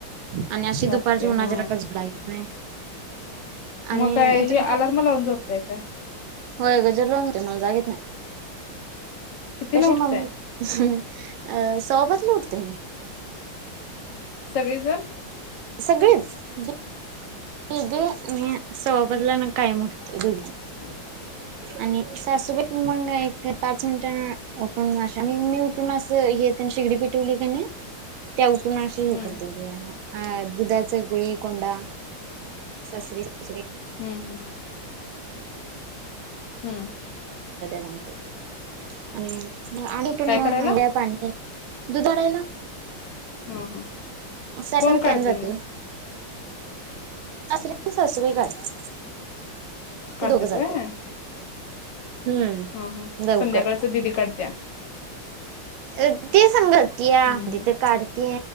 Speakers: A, on the right (about 80°); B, on the left (about 70°).
A: आणि अशी दुपारची
B: लागते
A: उन्हाच्या
B: हा
A: ह्यान काय झोप लागत नाही. आणि
B: मग काय
A: इथून
B: ह
A: पुढे
B: अलार्म लावून झोपताय काय?
A: होय गजर लावून मला जागेत नाही
B: कितीला
A: कशी
B: उठताय
A: मम्मी <unintelligible> अ सवा पाचला उठतोय मी
B: सगळीजण
A: सगळेच <unintelligible> दीदी मी सवा पाचला कायम उटतोय
B: हम्
A: आणि सासूबाई मग एक पाच मिनिटांन निम्मी उटून अस हे तेण शेगडी पेटवली का नाही त्या उठ तु नाशे हे
B: हम्म
A: करतया अ दुधाच गुळी कोंडा सासरे <unintelligible> <unintelligible>
B: हम्म हम्म हम्म
A: आमचे आणि <unintelligible> अंघोळया
B: काय करायला
A: पाणी दुधाडायला
B: हा हा
A: सासऱ्याला
B: कोण? काढते
A: कॅन जाते
B: मग?
A: ओ सासरे आणि सासूबाई काढतात ती
B: काढत्यात
A: दोघं जातात.
B: होय?
A: हम्म
B: हा हा
A: लवकर
B: संध्याकाळच दिदी काढत्या
A: अं ती संग <unintelligible>
B: हम्म हम्म
A: काढत